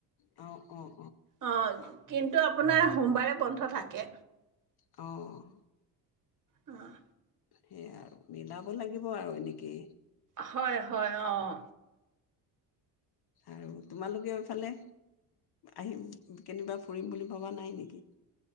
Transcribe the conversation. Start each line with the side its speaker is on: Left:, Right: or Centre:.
Left: অ', অ',
Right: অ' কিন্তু আপোনাৰ সোমবাৰে বন্ধ থাকে।
Left: অ'
Right: অ'
Left: সেইয়াই আৰু মিলাব লাগিব আৰু এনেকেই
Right: হয় হয় অ'
Left: আৰু তোমালোকেও এফালে, আহি কেনিবা ফুৰিম বুলি ভবা নাই নেকি?